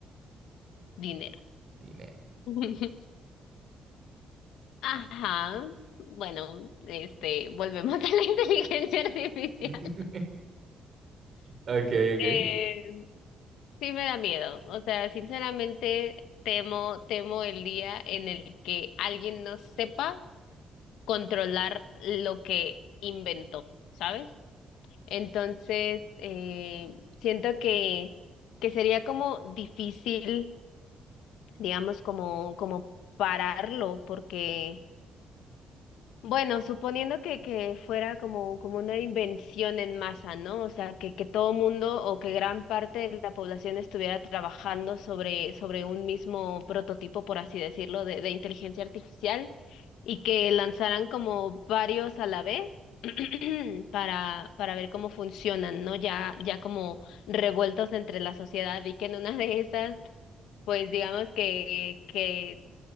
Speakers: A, on the left; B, on the right.
A: Dinero.
B: dinero.
A: <laughs> Ajá. Bueno, este, volvemos a la <laughs> inteligencia artificial.
B: <laughs> Ok, ok.
A: Eh, Sí me da miedo, o sea, sinceramente temo, temo el día en el que alguien no sepa controlar lo que inventó, ¿sabes? Entonces, eh, siento que, que sería como difícil, digamos, como, como pararlo, porque bueno, suponiendo que, que fuera como, como una invención en masa, ¿no? O sea, que, que todo mundo o que gran parte de la población estuviera trabajando sobre, sobre un mismo prototipo, por así decirlo, de, de inteligencia artificial y que lanzaran como varios a la vez <clears throat> para, para ver cómo funcionan, ¿no? Ya, ya como revueltos entre la sociedad y que en una de esas, pues digamos que, que